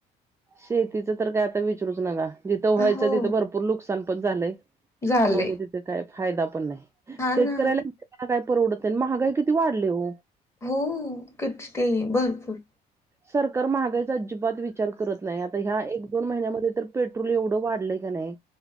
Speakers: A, on the right (about 15°); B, on the left (about 15°).
A: शेतीच तर काय आता विचरूच नका जिथं व्हायचं
B: हो.
A: तिथं भरपूर नुकसान पण झालंय.
B: झालंय
A: नको तिथे काय फायदा पण नाही.
B: हा
A: शेतकऱ्याला
B: ना
A: त्यां ना काय परवडतय महागाई किती वाढली ओ
B: हो किती भरपूर
A: सरकार महागाईचा अजिबात विचार करत नाही. आता ह्या एक दोन महिन्यामध्ये तर पेट्रोल एवढं वाढलंय का न्हाय